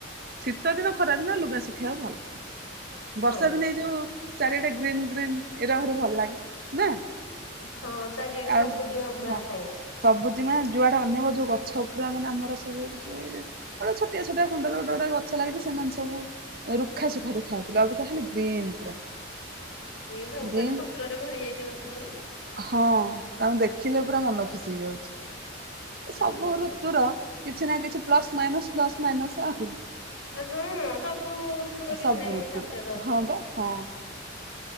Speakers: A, on the right; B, on the left.
A: ଶୀତ ଦିନ ଖରାଦିନ ଲୁଗା ଶୁଖେଇବାକୁ ଭଲ।
B: ହଁ
A: ବର୍ଷା ଦିନେ ଏଇ ଯୋଉ ଚାରିଆଡ଼େ ଗ୍ରୀନ୍ ଗ୍ରୀନ୍ ଏଇରା ଭରି ଭଲ ଲାଗେ ନା।
B: ହଁ ଚାରିଆଡେ ସବୁଜିମା
A: ଆଉ
B: ପୁରା
A: ହଁ
B: ଥାଏ।
A: ସବୁଜିମା ଯୁଆ ଅନେଇବ ଯୋଉ ଗଛ ପୁରା ମାନ ଆମର ସବୁ ଯ ଗୋଟେ ଛୋଟିଆ ଛୋଟିଆ ଖୁଣ୍ଡରେ ଗୋଟେ ଗୋଟେ ଗଛ ଲାଗିଛି ସେମାନେ ସବୁ ରୁଖା ସୁୁଖା ଦେଖାଉଥିଲା ଆଉ ଗ ଖାଲି ଗ୍ରୀନ୍ ପୁରା।
B: ଏ ସବୁ
A: ଗ୍ରୀନ
B: ମାନେ ପତ୍ରରେ ଭରି ଯାଇଛି ଗଛ ସବୁ
A: ହଁ ତାଙ୍କୁ ଦେଖି ଦେଖିଲେ ପୁରା ମନ ଖୁସି ହେଇଯାଉଛି
B: ଭଲ
A: ସବୁ
B: ଲାଗେ
A: ଋତୁର
B: ଏମିତି।
A: କିଛି ନା କିଛି ପ୍ଲସ ମାଇନସ୍ ପ୍ଲସ ମାଇନସ ଆହୁ
B: ହଁ ସବୁ ତୁର କିଛି
A: ସବୁ
B: ନା କିଛି
A: ଋତୁର
B: ଖାସିଅତ ଅଛି।
A: ହଁ ବା ହଁ